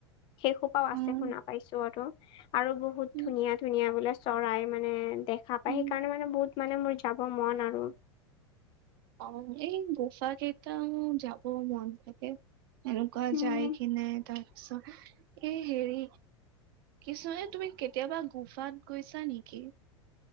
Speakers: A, on the left; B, on the right.
A: শেই খোপাও আছে
B: উম
A: শুনা পাইছো আৰু-আৰু বহুত
B: উম
A: ধুনীয়া-ধুনীয়া বোলে, চৰাই মানে দেখা পায়
B: উম
A: সেইকাৰণে মানে বহুত মানে মোৰ যাব মন আৰু।
B: অ, এই গোফা কেইটাও যাব মন থাকে। এনেকোৱ
A: উম
B: যাইকিনে তাৰপিছত, এই হেৰি কিছুমানে তুমি কেতিয়াবা গোফাত গৈছা নেকি?